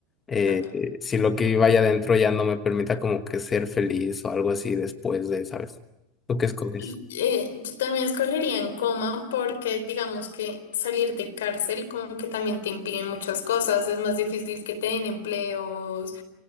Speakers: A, on the left (about 25°); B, on the left (about 85°).
A: eh,
B: Tal.
A: eh, si lo que vaya adentro ya no me permita como que ser feliz o algo así después de, ¿sabes? ¿Tú qué escoges?
B: Y eh, yo también escogería en coma porque digamos que salir de cárcel como que también te impiden muchas cosas, es más difícil que te den empleos,